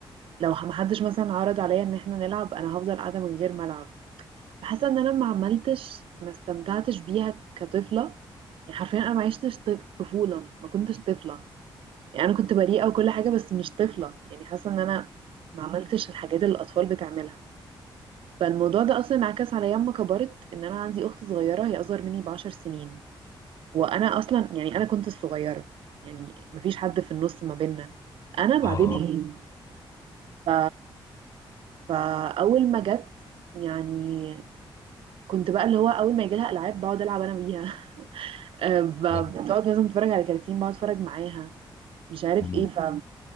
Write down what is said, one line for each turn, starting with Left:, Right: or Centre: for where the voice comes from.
Right: لو محدش مثلا عرض عليا ان احنا نلعب انا هفضل قاعدة من غير ما العب بحس ان انا ما عملتش ما استمتعتش بيها كطفلة يعني حرفيا انا ما عشتش طف- طفولة ما كنتش طفلة يعني انا كنت بريئة وكل حاجة بس مش طفلة يعني حاسة ان انا ما عملتش الحاجات اللي الاطفال بتعملها فالموضوع ده اصلا انعكس عليا لما كبرت ان انا عندي اخت صغيرة هي اصغر مني بعشر سنين وانا اصلا يعني انا كنت الصغيره يعني مفيش حد في النص ما بيننا انا بعدين
Left: اه
Right: هي مم. ف... فاول ما جت يعني كنت بقى اللي هو اول ما يجي لها العاب بقعد العب انا بيها <laughs> آه، ب-
Left: آه، آه.
Right: بتقعد مثلا تتفرج على كراتين بقعد اتفرج معاها مش عارف
Left: مم.
Right: ايه ف